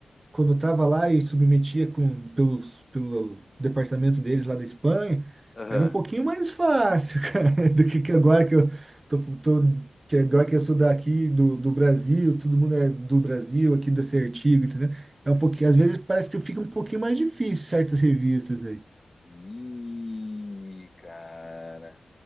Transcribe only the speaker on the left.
Aham.
Entendi.
Ih, cara.